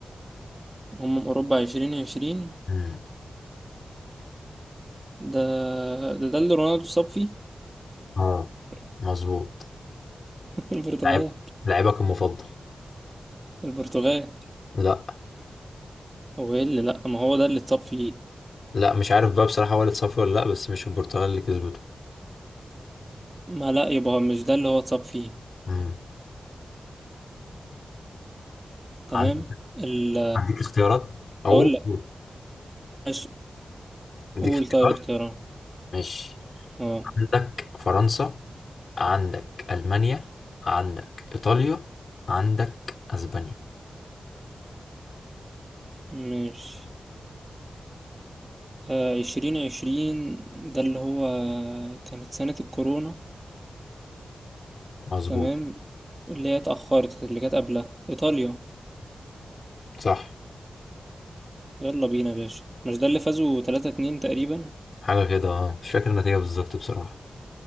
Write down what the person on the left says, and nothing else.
امم
اه
مظبوط
لعيب لعيبك المفضل
لا
لا مش عارف بقى بصراحة والد صفي ولا لا بس مش البرتغال اللي كسبته
امم عندك
عندك اختيارات او
قول.
عندك
اختيارات
ماشي
عندك فرنسا عندك ألمانيا عندك إيطاليا عندك أسبانيا
مظبوط
صح
حاجة كده اه مش فاكر النتيجة بالظبط بصراحة